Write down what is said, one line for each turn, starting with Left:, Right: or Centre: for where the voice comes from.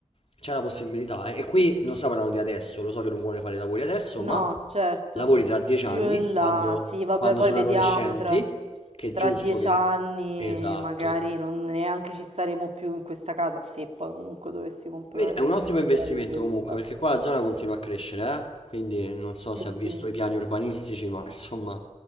Left: C'è la possibilità, eh. E qui non stiamo parlando di adesso, lo so che non vuole fare i lavori adesso,
Right: No,
Left: ma
Right: certo.
Left: lavori tra 10
Right: Più
Left: anni,
Right: in là,
Left: quando
Right: sì, vabbè,
Left: quando
Right: poi
Left: sono
Right: vediamo
Left: adolescenti
Right: tra,
Left: che è
Right: tra
Left: giusto
Right: dieci
Left: che...
Right: anni,
Left: Esatto.
Right: magari non neanche ci staremo più in questa casa, se poi comunque dovessi comprare,
Left: Quindi È un ottimo
Right: comprare
Left: investimento
Right: questa.
Left: comunque, perché qua la zona continua a crescere, eh? Quindi non so
Right: Sì,
Left: se
Right: sì.
Left: ha visto i piani urbanistici, ma <laughs> insomma,